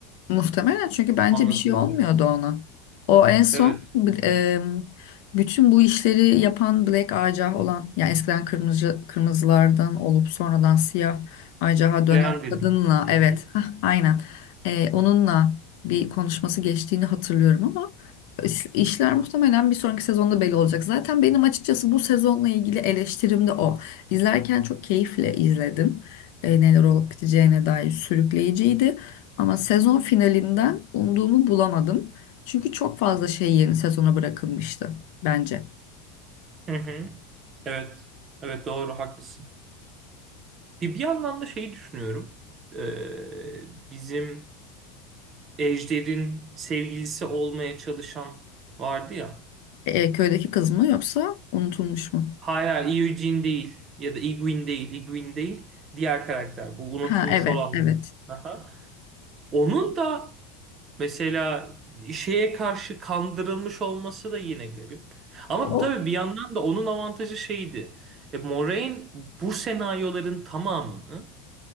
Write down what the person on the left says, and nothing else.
Muhtemelen çünkü bence
bir şey olmuyordu ona. O en son
e, bütün bu işleri yapan Black Ajah olan yani eskiden kırmızı kırmızılardan olup sonradan siyah Ajah'a dönen
kadınla
evet
hah, aynen E, onunla bir konuşması geçtiğini hatırlıyorum ama iş- işler muhtemelen bir sonraki sezonda belli olacak. Zaten benim açıkçası bu sezonla ilgili eleştirim de o. İzlerken çok keyifle izledim. E, neler olup biteceğine dair sürükleyiciydi. Ama sezon finalinden umduğumu bulamadım. Çünkü çok fazla şey yeni sezona bırakılmıştı bence.
E, köydeki kız mı yoksa unutulmuş mu?
Ha evet
evet.
O